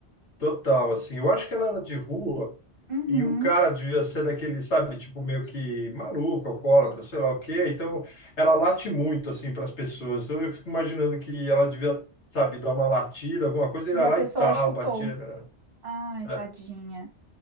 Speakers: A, on the left; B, on the right.
A: total, assim. Eu acho que ela era de rua
B: Uhum.
A: e o cara devia ser daquele, sabe, tipo meio que maluco, alcoólatra, sei lá o quê. Então ela late muito assim para as pessoas. Então eu fico imaginando que ela devia, sabe, dar uma latida, alguma coisa, ele
B: E
A: ia
B: a
A: lá
B: pessoa
A: e tal,
B: chutou.
A: batia. né?
B: Ai,
A: É,
B: tadinha.